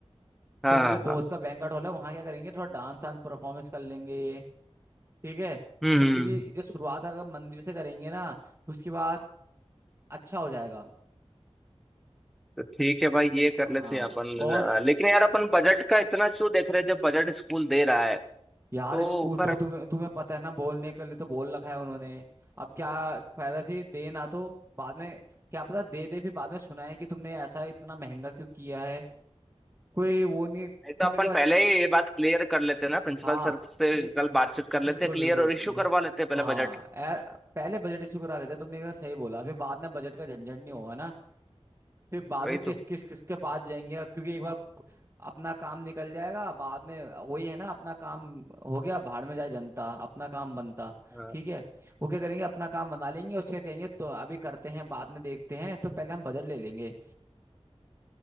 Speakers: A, in the centre; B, on the right.
A: हाँ
B: तो मेरे
A: हाँ
B: दोस्त
A: हाँ
B: का बैंक्वेट हॉल है वहाँ क्या करेंगे थोड़ा डांस वांस परफॉर्मेंस कर लेंगे ये ठीक है तो
A: हम्म हम्म,
B: क्योंकि जो शुरुआत अगर मंदिर से करेंगे ना उसके बाद अच्छा हो जाएगा
A: तो ठीक है भाई ये
B: हाँ
A: कर लेते हैं अपन
B: और
A: अ, लेकिन यार अपन बजट का इतना क्यों देख रहे हैं जब बजट स्कूल दे रहा है तो
B: यार स्कूल तो
A: पर
B: तुम्हें तुम्हें पता है ना बोलने के लिए तो बोल रखा है उन्होंने अब क्या फायदा फिर दे ना तो बाद में क्या पता दे दे फिर बाद में सुनाए कि तुमने ऐसा इतना महंगा क्यों किया है कोई वो नहीं फिर
A: नहीं तो अपन
B: मेरे को अच्छा
A: पहले ही ये बात क्लियर कर लेते हैं ना प्रिंसिपल
B: हाँ
A: सर से
B: एक
A: कल बातचीत कर लेते
B: बिल्कुल
A: हैं क्लियर
B: बिल्कुल
A: और इश्यू करवा लेते हैं पहले
B: हाँ
A: बजट
B: ए- पहले बजट इशू करा लेते तुमने कहा सही बोला फिर बाद में बजट का झंझट नहीं होगा ना फिर बाद
A: वही
B: में किस
A: तो
B: किस किसके पास जाएंगे क्योंकि एक बार अपना काम निकल जाएगा बाद में वही है ना अपना काम हो गया भाड़ में जाए जनता अपना काम बनता
A: हाँ
B: ठीक है वो क्या करेंगे अपना काम बना लेंगे उसके कहेंगे तो अभी करते हैं बाद में देखते हैं तो पहले हम बजट ले लेंगे